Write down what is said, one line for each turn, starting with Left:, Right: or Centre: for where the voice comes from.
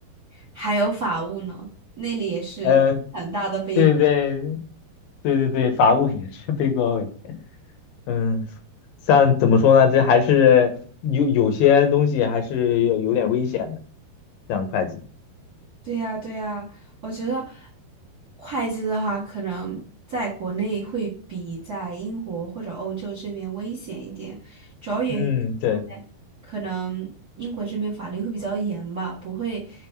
Right: 还有法务呢，那里也是很大的悲。
Left: 呃，对对对对对，法务也是背锅位。嗯，像怎么说呢？这还是有有些东西还是有有点危险的，像会计。
Right: 对呀，对呀，我觉得会计的话，可能在国内会比在英国或者欧洲这边危险一点，主要原因是因为可能英国这边法律会比较严吧，
Left: 嗯，对，
Right: 不会